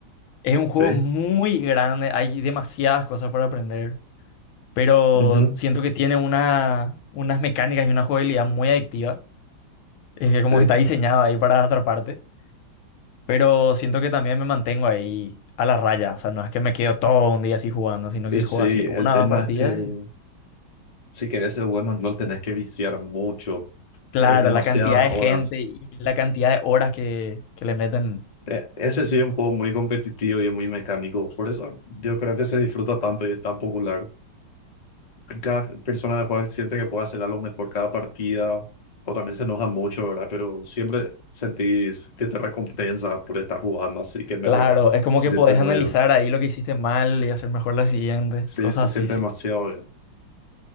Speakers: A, on the left (about 85°); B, on the left (about 65°).
A: Es un juego
B: Sí.
A: muy grande, hay demasiadas cosas para aprender, pero
B: ujú,
A: siento que tiene una, unas mecánicas y una jugabilidad muy adictiva. Es que como
B: sí.
A: que está diseñado ahí para atraparte, pero siento que también me mantengo ahí a la raya. O sea, no es que me quedo todo un día así jugando, sino
B: Y
A: que
B: sí,
A: juego así
B: el
A: una
B: tema
A: o dos partidas.
B: es que
A: y-
B: si querés ser bueno en LOL tenés que viciar mucho.
A: Claro,
B: Es demasiadas
A: la cantidad de
B: horas.
A: gente y la cantidad de horas que, que le meten.
B: Eh, Ese sí es un juego muy competitivo y es muy mecánico. Por eso yo creo que se disfruta tanto y es tan popular. cada persona de juega siente que puede hacer algo mejor cada partida, o también se enoja mucho, ¿verdad? Pero siempre sentís que te recompensa por estar jugando, así que mejoras.
A: Claro, es como
B: Se
A: que
B: siente
A: podés
B: muy
A: analizar
B: bien.
A: ahí lo que hiciste mal y hacer mejor la siguiente,
B: Sí,
A: cosas
B: se siente
A: así, sí.
B: demasiado bien.